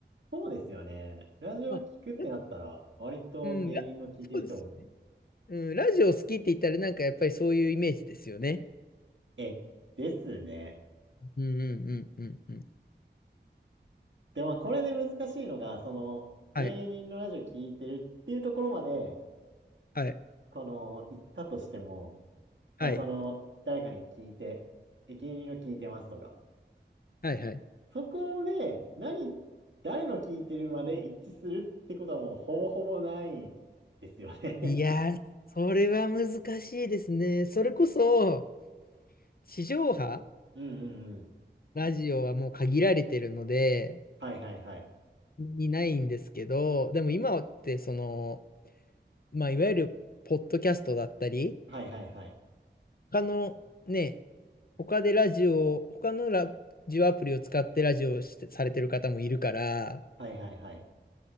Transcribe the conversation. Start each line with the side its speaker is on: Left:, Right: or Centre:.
Right: そうですよね。ラジオ聞くってなったら、
Left: まあ、なんか、
Right: 割と芸人の聞いてる人多い。
Left: うん、ラ、そうですよね。ね。うん、ラジオ好きって言ったらなんかやっぱりそういうイメージですよね。
Right: え、ですね。
Left: うんうんうんうんうん。
Right: でも、これで難しいのが、その、芸人のラジオ聞いてるっていうところまで、
Left: はい、はい、
Right: この、行ったとしても、あ、
Left: はい、
Right: その、誰かに聞いて、駅員の聞いてますとか。
Left: はい、はい。
Right: そこで、何、誰の聞いてるまで一致するってことはもうほぼほぼないですよね
Left: いやー、それは難しいですね。それこそ、地上波
Right: <laughs> うんうんうん。
Left: ラジオはもう限られてるので、
Right: はいはいはい。
Left: にないんですけど、でも今ってその、まあ、いわゆるポッドキャストだったり、
Right: はいはいはい。
Left: 他のね、他でラジオ、他のラジオアプリを使ってラジオをして、されてる方もいるから、
Right: はいはいはい。